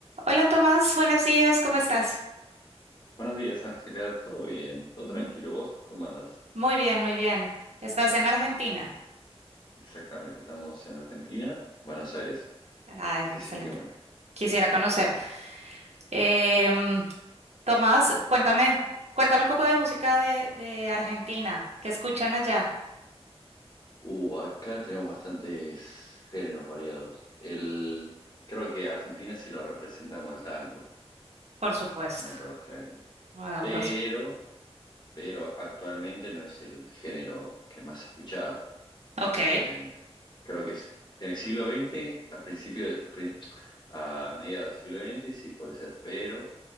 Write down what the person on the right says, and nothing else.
Hola Tomás, buenos días, ¿cómo estás?
M-
Muy bien, muy bien. ¿Estás en Argentina?
Ay,
excelente. Quisiera conocerte. Em, Tomás, cuéntame, cuéntame un poco de música de, de Argentina. ¿Qué escuchan allá?
Por supuesto.
Ah,
por supuesto.
Ok.